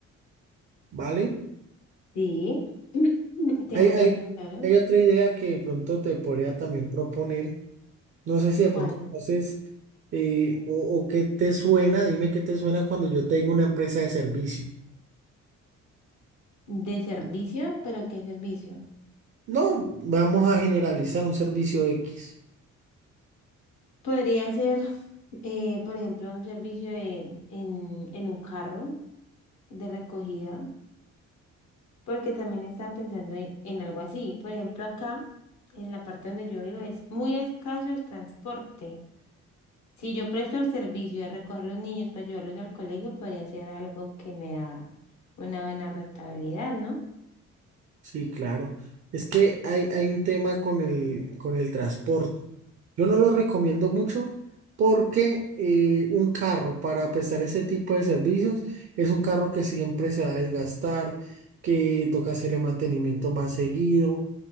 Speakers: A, on the right; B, on the left.
A: ¿vale?
B: Sí, <clears throat> te
A: Hay,
B: entiendo,
A: hay,
B: claro.
A: hay otra idea que de pronto te podría también proponer No sé si de pronto
B: ¿Cuál?
A: entonces, eh, o, o qué te suena, dime qué te suena cuando yo te digo una empresa de servicio.
B: De servicio, pero ¿qué servicio?
A: No, vamos a generalizar un servicio X.
B: Podría ser, <laughs> eh, por ejemplo, un servicio de- en, en un carro de recogida, porque también estaba pensando en, en algo así. Por ejemplo, acá, en la parte donde yo vivo, es muy escaso el transporte. Si yo presto el servicio de recoger los niños para llevarlos al colegio, podría ser algo que me da una buena rentabilidad, ¿no?
A: Sí, claro. Es que hay, hay un tema con el, con el transporte. Yo no lo recomiendo mucho porque eh, un carro para prestar ese tipo de servicios es un carro que siempre se va a desgastar, que toca hacerle mantenimiento más seguido,